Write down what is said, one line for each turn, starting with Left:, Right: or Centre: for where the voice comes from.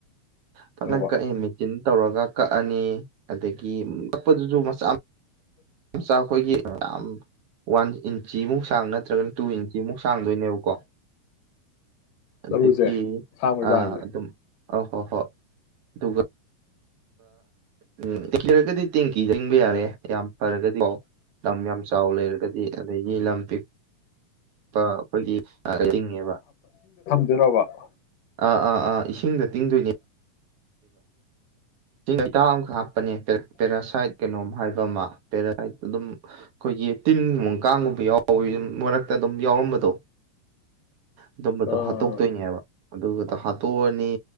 Right: ꯐꯖꯅ
Left: ꯇꯧꯕ
Right: ꯀꯛꯑꯦ ꯃꯦꯆꯤꯟ ꯇꯧꯔꯒ ꯀꯛꯑꯅꯤ ꯑꯗꯒꯤ ꯀꯛꯄꯗꯨꯁꯨ ꯃꯆꯥ ꯃꯆꯥ ꯑꯩꯈꯣꯏꯒꯤ ꯌꯥꯝ ꯋꯥꯟ ꯏꯟꯆꯤꯃꯨꯛ ꯁꯥꯡ ꯅꯠꯇ꯭ꯔꯒꯅ ꯇꯨ ꯏꯟꯆꯤꯃꯨꯛ ꯁꯥꯡꯗꯣꯏꯅꯦꯕꯀꯣ ꯑꯗꯒꯤ
Left: ꯆꯔꯨꯁꯦ ꯑꯁꯥꯡꯕꯩ ꯆꯥꯡꯁꯦ
Right: ꯑ ꯑꯗꯨꯝ ꯑ ꯍꯣ ꯍꯣꯏ ꯑꯗꯨꯒ ꯎꯗꯤ <unintelligible> ꯇꯦꯡꯀꯤ ꯇꯤꯡꯕ ꯌꯥꯔꯦ ꯌꯥꯝ ꯐꯔꯒꯗꯤꯀꯣ ꯂꯝ ꯌꯥꯝ ꯆꯥꯎ ꯂꯩꯔꯒꯗꯤ ꯑꯗꯒꯤ ꯂꯝ ꯄꯤꯛꯄ ꯑꯩꯈꯣꯏꯒꯤ ꯇꯤꯡꯉꯦꯕ
Left: ꯭ꯔꯣꯕꯥ <inaudible>
Right: ꯑꯥ ꯑꯥ ꯑꯥ ꯏꯁꯤꯡꯗ ꯇꯤꯡꯗꯣꯏꯅꯤ ꯑꯃ ꯍꯥꯞꯄꯅꯦ ꯄꯦꯔꯥꯁꯥꯏꯠ ꯀꯩꯅꯣꯝ ꯍꯥꯏꯕ ꯑꯃ ꯄ ꯍꯥꯏ ꯑꯗꯨꯝ ꯑꯩꯈꯣꯏꯒꯤ ꯇꯤꯟꯒꯨꯝꯕ ꯀꯥꯡꯒꯨꯝꯕ ꯌꯥꯎꯋꯤ ꯃꯔ ꯑꯗꯨꯝ ꯌꯥꯎꯔꯝꯕꯗꯣ ꯑꯗꯨꯝꯕꯗꯣ
Left: ꯑꯣ
Right: ꯍꯥꯠꯇꯣꯛꯇꯣꯏꯅꯦꯕ ꯑꯗꯨꯒꯗ ꯍꯥꯠꯇꯣꯛꯑꯅꯤ